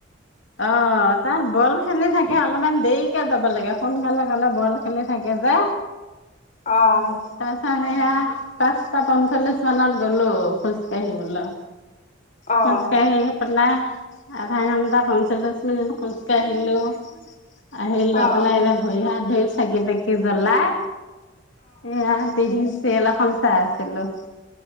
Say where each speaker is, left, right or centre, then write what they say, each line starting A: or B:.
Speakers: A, on the left; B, on the left.
A: অ', তাৰ বল খেলি থাকে, অলপমান দেৰিকে যাব লাগে। সোনকালে গ'লে বল খেলি থাকে যে।
B: অ',
A: তাৰ পাছত সেইয়া, পাঁচটা পঞ্চল্লিশ মানত গ'লো। খোজ কাঢ়িবলৈ,
B: অ অ
A: খোজকাঢ়ি পেলাই আধা ঘন্টা পঞ্চ মিনিট খোজ কাঢ়িলো, আহি
B: অ
A: লৈ
B: অ
A: পেলাই এতিয়া ভৰি-হাত ধুই চাকি-তাকি জ্বলাই, সেইয়া। টিভিত চিৰিয়েল এখন চাই আছিলোঁ।